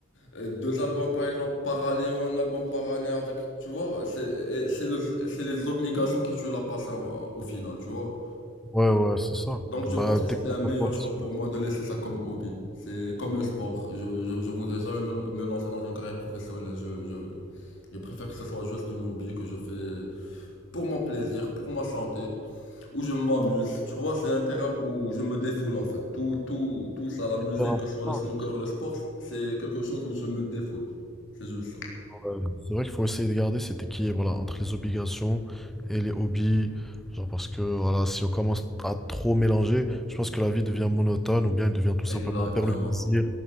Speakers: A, on the left; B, in the centre.
A: euh, deux albums par exemple par année ou un album par année avec. Tu vois, c'est et c'est le- c'est les obligations qui tuent la passion euh, au final, tu vois.
B: Ouais, ouais, c'est ça.
A: Donc je
B: Bah,
A: pense
B: dès
A: que c'était
B: qu'on
A: un
B: te
A: meilleur
B: force,
A: choix
B: c'est
A: pour moi de laisser ça comme hobby. C'est comme le sport. Je, je, je voudrais jamais me, me lancer dans une carrière professionnelle. Je, je, je préfère que ce soit juste une hobby que je fais pour mon plaisir, pour ma santé où je m'amuse. Tu vois, c'est un terrain où je me défoule en fait. Tout, tout, tout ça, la musique,
B: hyper important.
A: que ce soit le snooker, le sport, c'est quelque chose où je me défoule. C'est juste ça.
B: Ouais, C'est vrai qu'il faut essayer de garder cet équilibre-là entre les obligations et les hobbies. Genre parce que voilà, si on commence à trop mélanger, je pense que la vie devient monotone ou bien elle devient tout simplement,
A: Exactement.
B: on perd le plaisir,